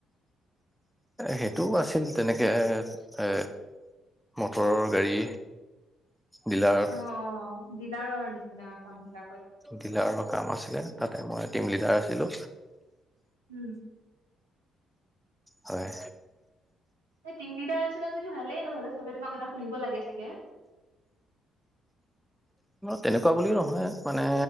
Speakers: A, in the centre; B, on the right.
A: সেইটো আছিল তেনেকে এ মটৰৰ গাড়ী। ডিলাৰত
B: অ অ ডিলাৰৰ নিচিনা কাম বিলাকত
A: ডিলাৰৰ
B: আচ্ছা
A: কাম আছিলে তাতে মই টিম লিডাৰ আছিলো।
B: উম।
A: হয়।
B: এই দিন কেইটা আছিলে যদি ভালেই। নহলে চবে তোমাৰ কথা শুনিব লাগে চাগে।
A: তেনেকুৱা বুলিও নহয় মানে।